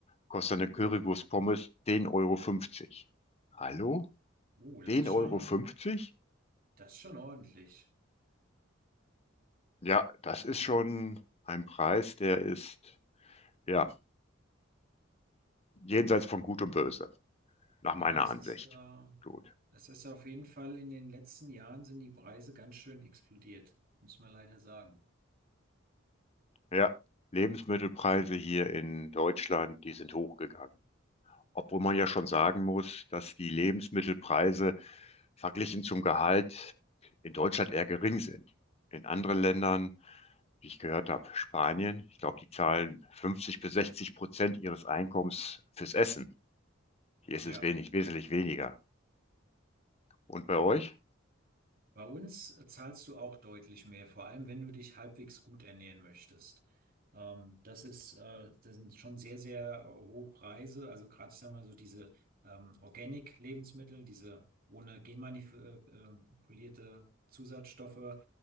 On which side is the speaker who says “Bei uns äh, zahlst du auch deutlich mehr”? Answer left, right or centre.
Right